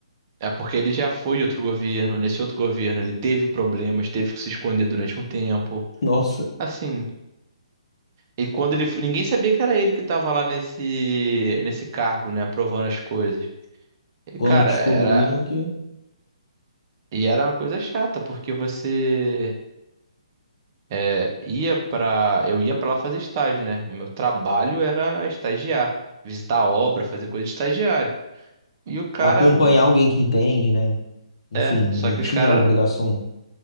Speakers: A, on the right (about 25°); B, on the left (about 55°).
A: É porque ele já foi de outro governo. Nesse outro governo, ele teve problemas, teve que se esconder durante um tempo.
B: <laughs> Nossa,
A: Assim, e quando ele, foi- ninguém sabia que era ele que tava lá nesse nesse cargo, né, aprovando as coisas. E
B: quando
A: cara,
B: descobriram
A: era
B: que
A: e era uma coisa chata, porque você é, ia pra. eu ia pra lá fazer estágio, né? O meu trabalho era estagiar, visitar a obra, fazer coisa de estagiário. E o cara,
B: acompanhar alguém que entende, né? Enfim,
A: é, só
B: não
A: que
B: tinha
A: os cara,
B: obrigação